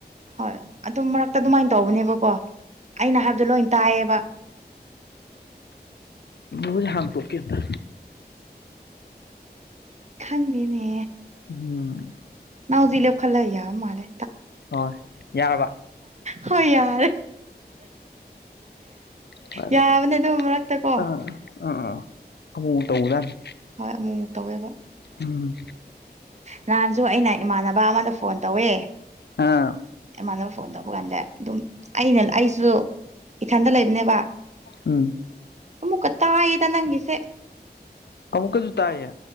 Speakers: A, on the right; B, on the left.
A: ꯍꯣꯏ ꯑꯗꯨꯝ ꯃꯔꯛꯇ ꯑꯗꯨꯃꯥꯏꯅ ꯇꯧꯕꯅꯦꯕꯀꯣ ꯑꯩꯅ ꯍꯥꯏꯕꯗꯣ ꯂꯣꯏ ꯇꯥꯏꯌꯦꯕ
B: ꯃꯖ ꯍꯪ ꯇꯣꯛ ꯀꯦꯗ
A: ꯈꯪꯗꯦꯅꯦ
B: ꯎꯝ
A: ꯅꯥꯪꯗꯤꯂꯦꯞ ꯈꯜꯂ ꯌꯥꯕ ꯃꯥꯂꯦ
B: ꯍꯣꯏ ꯌꯥꯔꯕ
A: ꯍꯣꯏ ꯌꯥꯔꯦ
B: ꯐꯔꯦꯔꯦ
A: ꯌꯥꯕꯅꯦ ꯑꯗꯨ ꯃꯔꯛꯇ ꯀꯣ
B: ꯑꯥ ꯑꯥ ꯑꯥ ꯑꯃꯨꯛ ꯇꯧꯕꯗꯥꯅꯤ
A: ꯍꯣꯏ ꯑꯃꯨꯛꯃꯨꯛ ꯇꯧꯋꯦꯕ
B: ꯎꯝ
A: ꯅꯍꯥꯟꯁꯨ ꯑꯩꯅ ꯏꯃꯥꯟꯅꯕ ꯑꯃꯗ ꯐꯣꯟ ꯇꯧꯋꯦ
B: ꯍꯥꯥ
A: ꯑꯦꯃꯥꯟꯅꯕ ꯐꯣꯟ ꯇꯧꯕ ꯀꯥꯟꯗ ꯑꯗꯨꯝ ꯑꯩꯅ ꯑꯩꯁꯨ ꯏꯊꯟꯗ ꯂꯩꯕꯅꯦꯕ
B: ꯎꯝ
A: ꯑꯃꯨꯛꯀ ꯇꯥꯏꯌꯦꯗ ꯅꯪꯒꯤꯁꯦ
B: ꯑꯃꯨꯛꯀꯖꯨ ꯇꯥꯢꯌꯦ